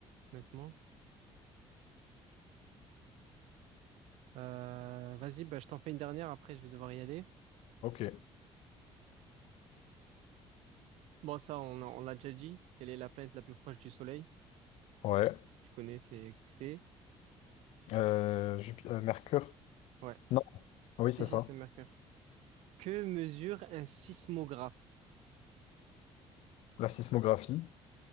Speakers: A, on the right; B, on the left.
A: honnêtement. Euh, vas-y, bah, je t'en fais une dernière, après je vais devoir y aller.
B: ok.
A: Bon, ça, on, on l'a déjà dit. Quelle est la planète la plus proche du Soleil?
B: Ouais.
A: Tu connais, c'est... c'est-
B: Euh, Jupi- euh, Mercure.
A: Ouais.
B: Non, Ah oui, c'est
A: Si, si,
B: ça.
A: c'est Mercure. Que mesure un sismographe?
B: La sismographie.